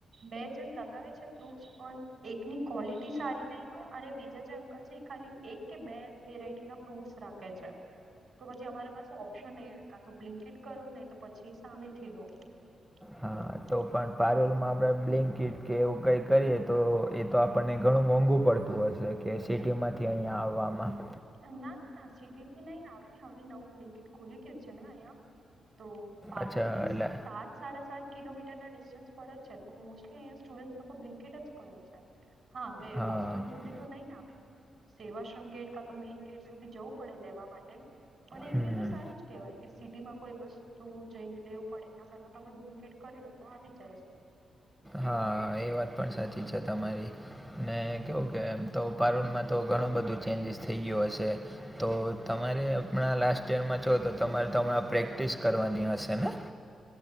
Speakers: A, on the right; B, in the centre.
A: બે જણ લગાવે છે ફ્રૂટસ પણ એકની ક્વોલિટી સારી નહી હો અને બીજા જે અંકલ છે એ ખાલી એક કે બે વેરાઈટી ન ફ્રૂટ્સ રાખે છે. તો પછી અમારા પાસે ઓપ્શન એ કા તો બ્લિંકિટ કરો ને તો પછી સામેથી લો. <inaudible>
B: હા તો પણ પારૂલમાં આપણે બ્લિંકિટ કે એવું કંઈ કરીએ તો એ તો આપણને ઘણું મોંઘું પડતું. પડતું હશે કે સિટી માંથી અહીંયા આવવામાં
A: ના ના ના સિટી થી નહી આવે હવે નવું બ્લિંકિટ ખુલી ગયું છે ને અહિયાં તો પારુલથી
B: અચ્છા
A: સાત
B: એટલે
A: સાડા સાત કિલોમીટરના ડિસ્ટન્સ પર જ છે તો મોસ્ટલી અહીંયા સ્ટુડન્ટ લોકો બ્લિન્કીટ જ કરે છે. હા હવે
B: હા
A: હોસ્ટેલ સુધી તો નહી આવે સેવાશ્રમ ગેટ તો મેઈન ગેટ સુધી જવું પડે લેવા માટે પણ એક
B: હમ
A: રીતે સારું જ કેહેવાય. સિટીમાં કોઈ વસ્તુ જઈને લેવું પડે એના કરતા તમે બ્લિકેટ કરી લો તો આવી જ જાય છે.
B: હા એ વાત પણ સાચી છે તમારી. ને કેવું કે એમ તો પારૂલમાં તો ઘણું બધું ચેન્જીસ થઈ ગયું હશે. તો તમારે હમણાં લાસ્ટ ઈયરમાં છો તો તમારે તો હમણાં પ્રેક્ટિસ કરવાની હશે ને?